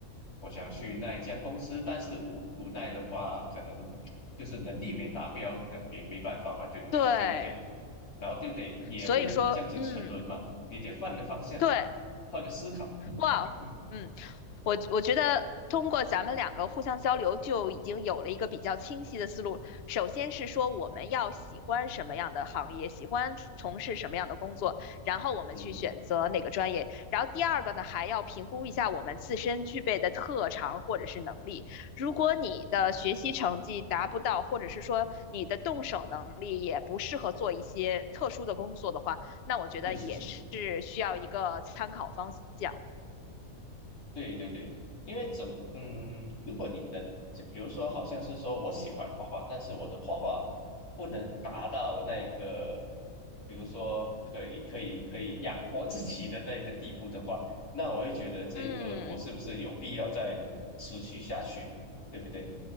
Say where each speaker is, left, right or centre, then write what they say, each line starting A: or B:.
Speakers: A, on the left; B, on the left.
A: 我想去那一家公司，但是无无奈的话，可能就是能力没达标，没没办法嘛，对不对？
B: 对，
A: 就得，然后就得也不能这样子沉沦嘛，
B: 所以说，嗯，
A: 你得换个方向，
B: 对。
A: 换个思考。
B: 哇，
A: 嗯，
B: 嗯，我我觉得通过咱们两个互相交流，就已经有了一个比较清晰的思路。首先是说我们要喜欢什么样的行业，喜欢从事什么样的工作，然后我们去选择哪个专业。
A: 是
B: 然后第二个呢，还要评估一下我们自身具备的特长或者是能力。如果你的学习成绩达不到，或者是说你的动手能力也不适合做一些特殊的工作的话，那我觉得也是需要一个参考方向。
A: 是是。对对对，因为怎嗯，如果你能，就比如说，好像是说我喜欢画画，但是我的画画不能达到那个，比如说可以可以可以养活自己的那个地步的话，那我会觉得这个我是不是有必要再持续下去，
B: 嗯
A: 对不对？